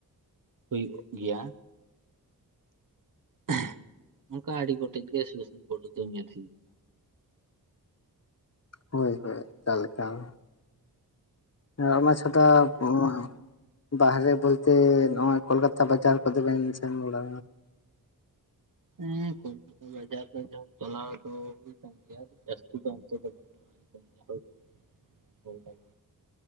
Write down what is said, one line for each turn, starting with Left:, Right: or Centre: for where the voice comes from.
Right: ᱦᱩᱭᱩᱜ ᱜᱮᱭᱟ᱾ <unintelligible> ᱚᱱᱠᱟ ᱟᱹᱰᱤ ᱜᱚᱴᱮᱡ ᱜᱮ ᱥᱩᱥᱩᱱᱤ ᱵᱩᱨᱩ ᱫᱚᱧ ᱧᱮᱞ <unintelligible>
Left: ᱦᱚᱭ ᱦᱟᱭ ᱟᱠᱟ ᱞᱮᱠᱟᱢ ᱦᱮᱸ ᱚᱱᱟ ᱪᱷᱟᱰᱟ ᱵᱚᱦᱚᱜ ᱦᱚᱸ᱾ ᱵᱟᱦᱨᱮ ᱵᱚᱞᱛᱮ ᱱᱚᱶᱟ ᱠᱚᱞᱠᱟᱛᱟ ᱵᱟᱡᱟᱨ ᱠᱚᱫᱚ ᱵᱮᱱ ᱥᱮᱱ ᱵᱟᱲᱼᱟ
Right: ᱦᱮᱸ ᱠᱚᱞᱠᱟᱛᱟ ᱵᱟᱡᱟᱨ ᱫᱚ ᱡᱟᱵ ᱪᱟᱞᱟᱣ ᱫᱚ ᱦᱩᱭᱩᱜ ᱠᱟᱱ ᱜᱮᱭᱟ ᱡᱟᱹᱥᱛᱤ ᱫᱚ ᱚᱱᱛᱮ ᱫᱚ ᱵᱟᱝ <unintelligible> ᱠᱚᱞᱠᱟᱛᱟ